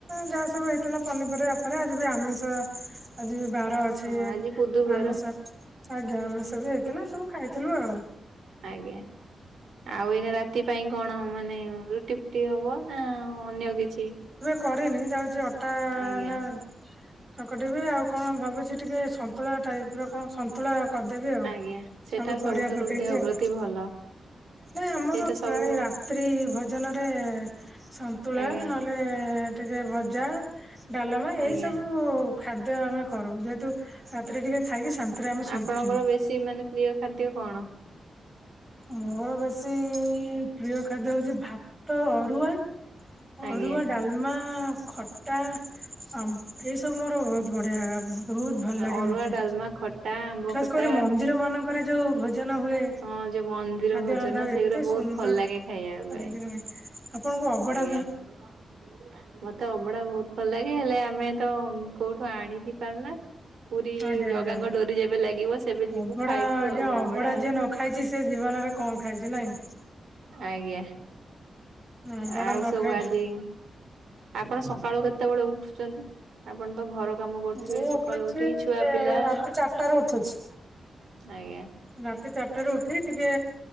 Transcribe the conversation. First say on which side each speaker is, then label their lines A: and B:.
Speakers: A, on the right; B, on the right.
A: ଯାହା ସବୁ ହେଇଥିଲା ପନିପରିବା ଉପରେ ଆଜି ବି ଆମିଷ ଆଜି। ବାର ଅଛି
B: ହଁ ଆଜି ବୁଧବାର
A: ଆମିଷ। ଆଜ୍ଞା ଆମିଷ ବି ହେଇଥିଲା ସବୁ ଖାଇଥିଲୁ ଆଉ।
B: ଆଜ୍ଞା ଆଉ ଏଇନା ରାତି ପାଇଁ କଣ ମାନେ ରୁଟି ଟି ହବ ନା ଅନ୍ୟ କିଛି?
A: କରେନି ଯାଉଚି ଅଟା
B: ଆଜ୍ଞା
A: ନା ଚକଟିବି ଆଉ କଣ ଭାବୁଚି ଟିକେ ସନ୍ତୁଳା ଟାଇପ ର କଣ ସନ୍ତୁଳା କରିଦେବି ଆଉ
B: ଆଜ୍ଞା ସେଟା
A: ସବୁ ପରିବା
B: ସବୁଠାରୁ
A: ପକେଇକି
B: ଦେହ
A: ଆଉ।
B: ପ୍ରତି ଭଲ।
A: ନା ଆମର
B: ସେଇଟା
A: ପ୍ରାୟ
B: ସବୁ
A: ରାତ୍ରି ଭୋଜନରେ ଏ ସନ୍ତୁଳା
B: ଆଜ୍ଞା
A: ନହେଲେ ଟିକେ ଭଜା। ଡାଲମା ଏଇ
B: ଆଜ୍ଞା
A: ସବୁ ଖାଦ୍ୟ ଆମେ କରୁ ଯେହେତୁ ରାତିରେ ଟିକେ ଖାଇକି ଶାନ୍ତିରେ ଆମେ ଶୋଇପାରିବୁ
B: ଆପଣଙ୍କର ବେଶୀ ମାନେ ପ୍ରିୟ ଖାଦ୍ୟ କଣ?
A: ମୋର ବେଶୀ ପ୍ରିୟ ଖାଦ୍ୟ ହଉଚି ଭାତ ଅରୁଆ।
B: ଆଜ୍ଞା
A: ଅରୁଆ ଡାଲମା ଖଟା ଆମ୍ ଏଇ ସବୁ ମୋର ବହୁତ ଭ ଆ ବହୁତ ଭଲ ଲାଗେ
B: ଅରୁଆ
A: ମତେ
B: ଡାଲମା ଖଟା ଆମ୍ବ
A: ଖାସ
B: ଖଟା
A: କରି ମନ୍ଦିର ମାନଙ୍କରେ ଯୋଉ ଭୋଜନ। ହୁଏ
B: ହଁ ଯୋଉ ମନ୍ଦିର
A: ଖାଦ୍ୟ
B: ଭୋଜନ
A: ରନ୍ଧା ହୁଏ
B: ସେଗୁରା
A: ଏତେ
B: ବହୁତ
A: ସୁନ୍ଦର
B: ଭଲ ଲାଗେ ଖାଇବା
A: । <unintelligible>
B: ପାଇଁ
A: ଆପଣଙ୍କୁ ଅବଡା
B: <unintelligible> ମତେ ଅ ବଡା ବହୁତ ଭଲ ଲାଗେ ହେଲେ ଆମେ ତ କୋଉଠୁ ଆଣିକି ପାରୁନା। ପୁରୀ
A: ଆଜ୍ଞା
B: ଜଗା
A: ଆଜ୍ଞା
B: ଙ୍କ ଡୋରି ଯେବେ ଲାଗିବ ସେବେ ଯିବୁ
A: ଅବଢା
B: ଖାଇବୁ
A: ଆଜ୍ଞା
B: ଆଉ ଅବଡା
A: ଅବଢା
B: ଆଉ।
A: ଯିଏ ନ ଖାଇଛି ସେ ଜୀବନରେ କଣ ଖାଇଚୁ ନାଇଁ?
B: ଆଜ୍ଞା
A: ଅବଢା
B: ଆଉ
A: ନ
B: ସବୁ
A: ଖାଇ
B: ଆଜି ଆପଣ ସକାଳୁ କେତବେଳେ ଉଠୁଚନ୍ତି ଆପଣ ତ ଘର କାମ କରୁଥିବେ
A: ମୁ
B: ସକାଳୁ
A: ଉଠୁଚି
B: ଉଠି ଛୁଆ
A: ଏ
B: ପିଲା
A: ରାତି ଚାର ଟା ରେ ଉଠୁଛି।
B: ଆଜ୍ଞା।
A: ରାତି ଚାରିଟାରେ ଉଠିକି ଟିକେ